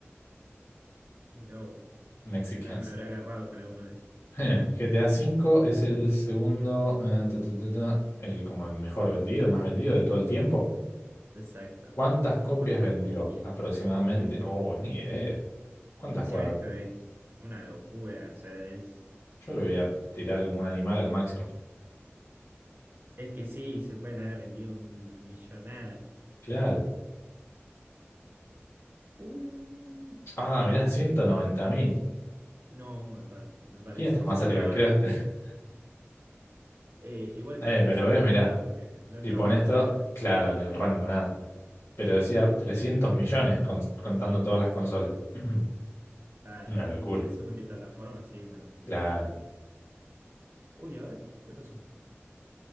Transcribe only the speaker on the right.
mira vos.
Si no me habré agarrado con alguno de esos.
Exacto.
¿Cuántas
copias?
Uh,
encima
esto
es una locura. O sea, es,
es que sí, se pueden haber vendido una millonada.
Uy,
no, un montón. Me parece
<laughs>
una banda.
Eh, igual
creo que no
sumamos
nada porque no entramos
en
la franja.
Claro,
si hace multiplataforma, sí, una locura.
Uy, ¿ahora? ¿Qué pasó?